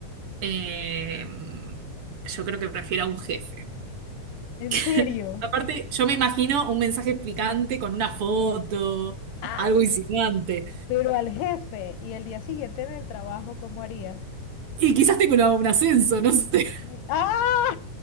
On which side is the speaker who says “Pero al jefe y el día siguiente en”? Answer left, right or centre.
Left